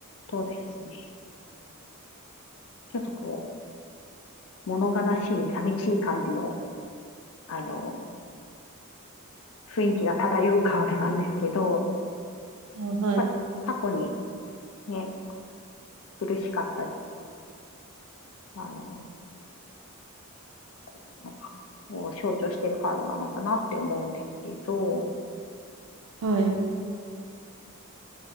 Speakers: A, on the left (about 65°); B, on the right (about 75°).
A: とですね、ちょっとこう、物悲しい、寂しい感じの、あの、雰囲気が漂うカードなんですけど、
B: あはい、
A: やっぱり過去にね、苦しかった、あの、ことのを象徴してるカードなのかなって思うんですけど、
B: はい。